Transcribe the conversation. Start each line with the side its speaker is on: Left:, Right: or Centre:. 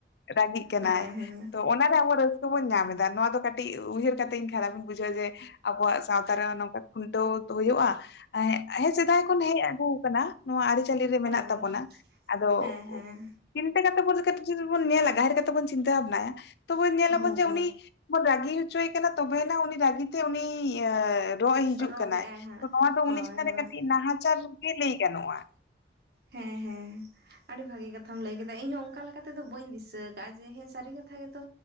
Left: ᱨᱟᱜᱤᱜ ᱠᱟᱱᱟᱭ
Right: ᱦᱮᱸ
Left: ᱾
Right: ᱦᱮᱸ
Left: ᱚᱱᱟᱨᱮ ᱟᱵᱚ ᱨᱟᱹᱥᱠᱟᱹ ᱵᱚᱱ ᱧᱟᱢᱮᱫᱟ, ᱱᱚᱣᱟ ᱫᱚ ᱠᱟᱹᱴᱤᱡ ᱩᱭᱦᱟᱹᱨ ᱠᱟᱛᱮᱹᱧ ᱠᱷᱟᱨᱟᱯ ᱵᱩᱡᱷᱟᱹᱣᱮ ᱡᱮ ᱟᱵᱚᱣᱟᱜ ᱥᱟᱶᱛᱟᱨᱮ ᱱᱚᱝᱠᱟ ᱠᱷᱩᱱᱴᱟᱹᱣ ᱛᱚ ᱦᱩᱭᱩᱜᱼᱟ ᱾ ᱮᱸᱜ, ᱦᱮᱸ, ᱥᱮᱹᱫᱟᱭ ᱠᱷᱚᱱ ᱦᱮᱡ ᱟᱹᱜᱩ ᱠᱟᱱᱟ᱾ ᱱᱚᱣᱟ ᱟᱹᱨᱤᱪᱟᱹᱞᱤ ᱨᱮ
Right: ᱦᱳᱭ
Left: ᱢᱮᱱᱟᱜ ᱛᱟᱵᱚᱱᱟ᱾ ᱟᱫᱚ
Right: ᱦᱮᱸ ᱦᱮᱸ
Left: ᱪᱤᱱᱛᱟᱹ ᱠᱟᱛᱮᱜ <inaudible> ᱵᱚᱱ ᱧᱮᱞᱟ, ᱜᱟᱦᱤᱨ ᱠᱟᱛᱮ ᱵᱚᱱ ᱪᱤᱱᱛᱟᱹ ᱦᱟᱵᱱᱟᱭᱟ ᱛᱚᱵᱮ ᱧᱮᱞᱟᱵᱚᱱ
Right: ᱦᱳᱭ
Left: ᱡᱮ ᱩᱱᱤ ᱵᱚᱱ ᱨᱟᱹᱜᱤ ᱦᱚᱪᱚᱭᱮ ᱠᱟᱱᱟ, ᱛᱚᱵᱮᱭᱮᱱᱟᱜ ᱩᱱᱤ ᱨᱟᱹᱜᱤ ᱛᱮ ᱩᱱᱤ ᱭᱟ ᱨᱚᱜ ᱮ ᱦᱤᱡᱩᱜ
Right: ᱨᱚᱜᱮᱜᱼᱟᱭ
Left: ᱠᱟᱱᱟ,
Right: ᱦᱟᱸᱜ
Left: ᱛᱚ ᱱᱚᱣᱟ ᱫᱚ
Right: ᱦᱳᱭ
Left: ᱩᱱᱤ ᱪᱮᱛᱟᱱᱨᱮ
Right: ᱦᱳᱭ
Left: ᱠᱟᱹᱴᱤᱡ ᱱᱟᱦᱟᱪᱟᱨ ᱜᱮ ᱞᱟᱹᱭ ᱜᱟᱱᱚᱜᱼᱟ᱾
Right: ᱦᱮᱸ, ᱦᱮᱸ! ᱟᱹᱰᱤ ᱵᱷᱟᱹᱜᱤ ᱠᱟᱛᱷᱟᱢ ᱞᱟᱹᱭ ᱠᱮᱫᱟ᱾ ᱤᱧᱦᱚᱸ ᱚᱝᱠᱟ ᱞᱮᱠᱟ ᱛᱮᱫᱚ ᱵᱟᱹᱧ ᱫᱤᱥᱟᱹ ᱠᱟᱜᱼᱟ ᱡᱮ, ᱦᱮᱸ ᱥᱟᱹᱨᱤ ᱠᱟᱛᱷᱟ ᱜᱮᱛᱚ!